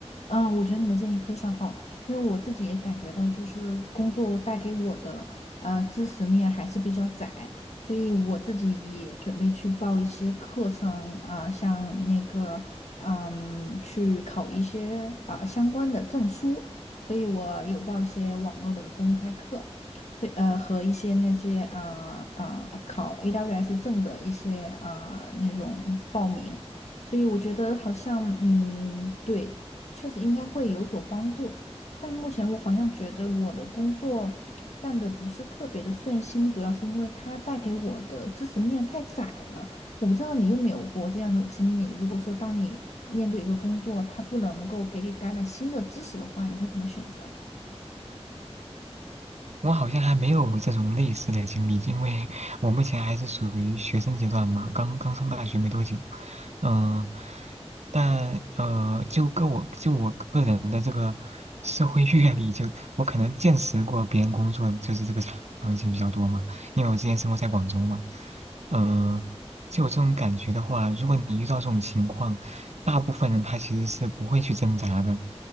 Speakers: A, on the left (about 85°); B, on the right (about 80°).
A: 嗯，我觉得你的建议非常好，因为我自己也感觉到，就是工作带给我的呃知识面还是比较窄，所以我自己也准备去报一些课程啊、像那个嗯，去考一些啊、相关的证书，所以我有报一些网络的公开课，所以呃和一些那些啊啊、考 AWS 证的一些啊、那种报名。所以我觉得好像，嗯，对，确实应该会有所帮助，但目前我好像觉得我的工作干得不是特别的顺心，主要是因为它带给我的知识面太窄了。我不知道你有没有过这样的经历，如果说当你面对一个工作，它不能够给你带来新的知识的话，你会怎么选择？
B: 我好像还没有这种类似的经历，因为我目前还是属于学生阶段嘛，刚刚上大学没多久，嗯，但呃，就个我就我个人的这个社会阅历，就我可能见识过别人工作就是这个场场景比较多嘛，因为我之前生活在广州嘛，嗯、就有这种感觉的话，如果你遇到这种情况，大部分人他其实是不会去挣扎的，